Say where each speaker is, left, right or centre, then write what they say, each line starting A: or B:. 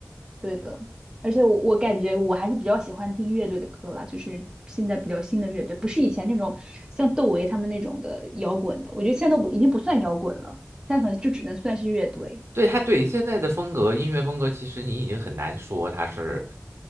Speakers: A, on the right (about 15°); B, on the right (about 65°).
A: 对的，而且我我感觉我还是比较喜欢听乐队的歌啦，就是现在比较新的乐队，不是以前那种像窦唯他们那种的摇滚的，我觉得现在都不已经不算摇滚了，现在可能就只能算是乐队。
B: 对他对现在的风格，音乐风格，其实你已经很难说它是